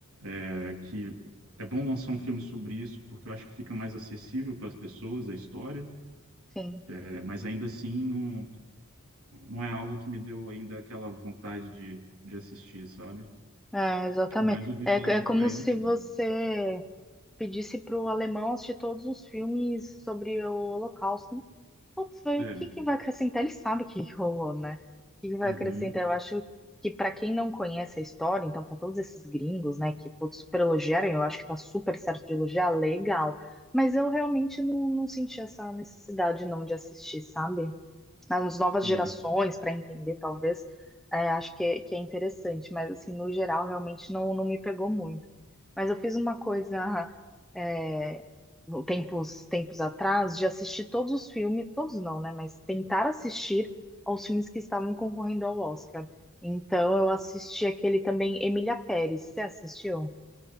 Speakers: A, on the right; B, in the centre.
A: é, que é bom lançar um filme sobre isso, porque eu acho que fica mais acessível para as pessoas a história,
B: sim.
A: é, mas ainda assim não, Não é algo que me deu ainda aquela vontade de, de assistir, sabe?
B: É, exatamente.
A: Mas ouvi
B: É,
A: falar
B: é
A: muito
B: como
A: bem
B: se
A: do filme.
B: você pedisse para o alemão assistir todos os filmes sobre o Holocausto Putz, vai,
A: É.
B: o que que vai acrescentar? Ele sabe o que que rolou, né? O que que vai
A: Uhum.
B: acrescentar? Eu acho que para quem não conhece a história, então para todos esses gringos, né, que putz, super elogiaram, eu acho que tá super certo de elogiar, legal. Mas eu realmente não, não senti essa necessidade não de assistir, sabe? nas novas
A: É.
B: gerações, para entender, talvez, é, acho que é, que é interessante, mas assim, no geral, realmente não, não me pegou muito. Mas eu fiz uma coisa é, no- tempos, tempos atrás de assistir todos os filmes, todos não, né? Mas tentar assistir aos filmes que estavam concorrendo ao Oscar. Então eu assisti aquele também, Emília Pérez. Você assistiu?